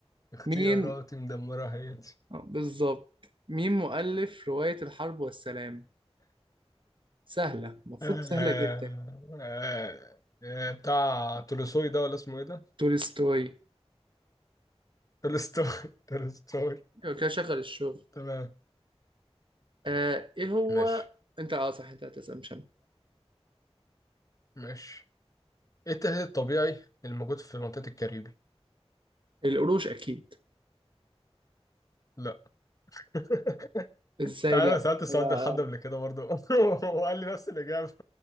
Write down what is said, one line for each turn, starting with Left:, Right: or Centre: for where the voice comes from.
Left: اختياراتي
Right: مين
Left: مدمرة هايتي
Right: آه، بالظبط مين مؤلف رواية الحرب والسلام؟ سهلة المفروض
Left: آه
Right: سهلة جدا
Left: آه آه بتاع تولوسوي ده ولا اسمه ايه ده
Right: تولستوي
Left: تولستوي <laughs> تولستوي
Right: يبقى كده شغل الشغل
Left: تمام
Right: آه ايه هو
Left: ماشي
Right: انت اه صح انت هتسأل مش انا
Left: ماشي ايه التهديد الطبيعي الموجود في منطقة الكاريبي؟
Right: القروش اكيد
Left: لا <laughs>
Right: ازاي
Left: انت عارف
Right: لا
Left: انا سألت السؤال
Right: أنا-
Left: ده لحد قبل كده برضه <laughs> وقال لي نفس الإجابة